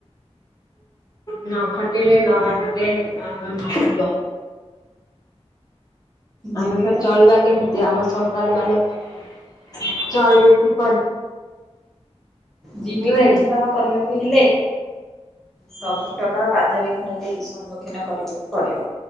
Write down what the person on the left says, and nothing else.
ନ ଖଟିଲେ ନ ଆଣିଲେ ନହେଲେ ନହେବ।
ଆମେ ଫେର୍ ଚଳିବା କେମିତି ଆମ ସଂସାର ମାନେ ଚଳିବେ କିପରି?
ନୁହେଁ
କି?
ଆଜ୍ଞା